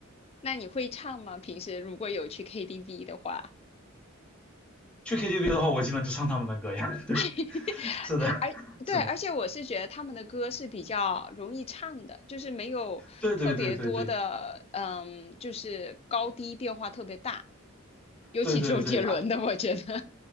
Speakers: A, on the left; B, in the centre.
A: 那你会唱吗？平时如果有去 KTV 的话，
B: 去 KTV 的话，我基本就唱他们的歌呀。<laughs> 对，
A: <laughs>
B: 是的，
A: 而对，
B: 是的，
A: 而且我是觉得他们的歌是比较容易唱的，就是没有特别多的，
B: 对对对对对
A: 嗯，就是高低变化特别大，尤其周杰伦的，
B: 对对对啊！
A: 我觉得，